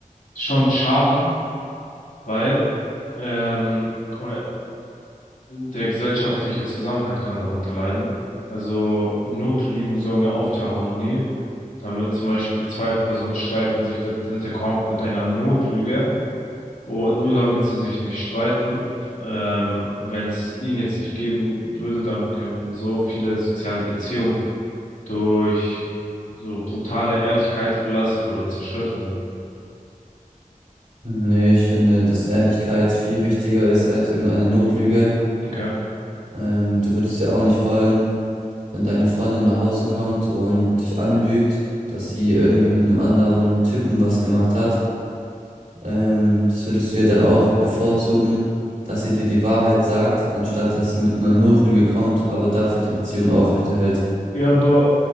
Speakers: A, on the left; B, on the right.
A: schon schaden, weil, ähm, guck mal, der gesellschaftliche Zusammenhalt kann darunter leiden. Also, Notlügen sorgen ja oft für Harmonie. Damit zum Beispiel zwei Personen streiten, sich der dritte kommt mit einer Notlüge. Und nur damit sie sich nicht streiten, ähm, wenn es ihn jetzt nicht geben würde, dann könnten so viele soziale Beziehungen durch so brutale Ehrlichkeit belastet oder zerstört werden.
B: Nee, ich finde, dass Ehrlichkeit viel wichtiger ist als irgendeine Notlüge.
A: Okay.
B: Ähm, du würdest ja auch nicht wollen, wenn deine Freundin nach Hause kommt und dich anlügt, dass sie irgendwie mit einem anderen Typen was gemacht hat. Ähm, das würdest du ja dann auch bevorzugen, dass sie dir die Wahrheit sagt, anstatt dass sie mit einer Notlüge kommt, aber dafür die Beziehung aufrechterhält.
A: Ja, aber